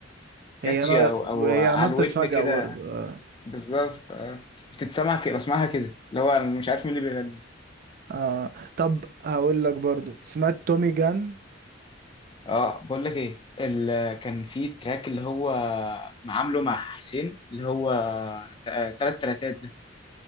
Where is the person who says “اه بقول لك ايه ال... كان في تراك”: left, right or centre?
Left